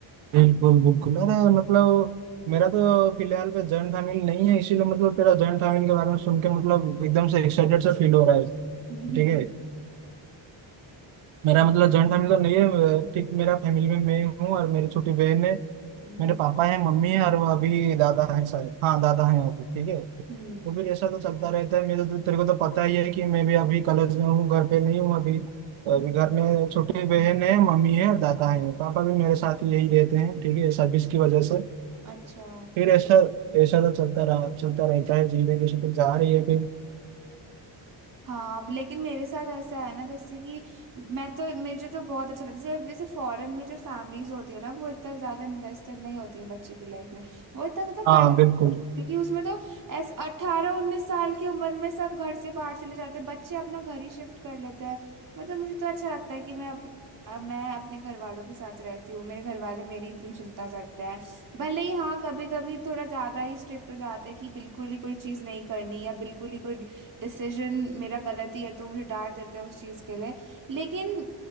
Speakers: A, on the right; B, on the right.
A: बिल्कुल बिल्कुल अरे मतलब मेरा तो फिलहाल पे जॉइंट फैमिली नहीं है इसीलिए मतलब तेरा जॉइंट फैमिली के बारे में सुन के मतलब एकदम से एक्साइटेड सा फील हो रहा है ठीक
B: हम्म हम्म
A: है मेरा
B: ये
A: मतलब जॉइंट फैमिली तो नहीं है ठीक मेरा फैमिली में मैं हूँ और मेरी छोटी बहन है
B: हम्म
A: मेरे पापा है मम्मी है और वो अभी दादा है शायद हाँ दादा है अभी ठीक है तो
B: हम्म
A: फिर ऐसा तो चलता रहता है मेरे तो तेरे को तो पता ही है कि मैं भी अभी कॉलेज में हूँ घर पे नहीं हूँ अभी
B: हम्म,
A: अभी घर में छोटी बहन है मम्मी है दादा है पापा भी मेरे साथ ही यही रहते हैं ठीक है सर्विस की वजह से
B: अच्छा
A: फिर ऐसा ऐसा तो चलता रहा चलता रहता है जिंदगी से तो जा रही है फिर
B: हाँ अब लेकिन मेरे साथ ऐसा है ना जैसे कि मैं तो मुझे तो बहुत अच्छा लगता है जैसे जैसे फॉरेन में जो फैमिलीज होती है ना वो इतना ज्यादा इन्वेस्टेड नहीं होती है बच्चे की लाइफ में वो इतना ज्यादा
A: हाँ
B: कर
A: बिल्कुल
B: क्योंकि उसमें तो ऐसे अट्ठारह उन्नीस साल की उम्र में सब घर से बाहर चले जाते हैं बच्चे अपना घर ही शिफ्ट कर लेते हैं मतलब मुझे तो अच्छा लगता है कि मैं अप, अ, मैं अपने घर वालों के साथ रहती हूँ मेरे घर वाले मेरी इतनी चिंता करते हैं भले ही हाँ कभी कभी थोड़ा ज्यादा ही स्ट्रिक्ट हो जाते हैं कि बिल्कुल ही कोई चीज नहीं करनी या बिल्कुल ही कोई डिसीजन मेरा गलत ही है तो मुझे डांट देते हैं उस चीज के लिए लेकिन